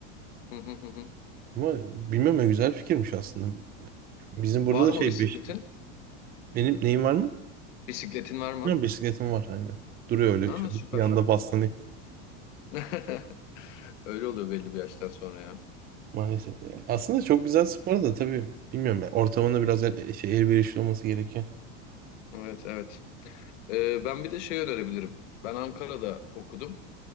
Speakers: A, on the left (about 70°); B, on the right (about 25°).
A: Hı hı hı hı.
B: Ama bilmiyorum ya güzel fikirmiş aslında. Bizim burada
A: Var
B: da şey
A: mı bisikletin?
B: beş- benim neyim var mı?
A: Bisikletin var mı?
B: Bilmiyorum bisikletim var aynen. Duruyor öyle
A: Ha
B: şöyle
A: süper.
B: bir yanda baslanıyor.
A: <laughs> Öyle oluyor belli bir yaştan sonra ya.
B: Maalesef. ya. Aslında çok güzel spor da tabii bilmiyorum ya. Ortamında biraz el, şey, elverişli olması gerekiyor.
A: Evet evet. Ee, ben bir de şey önerebilirim. Ben Ankara'da okudum.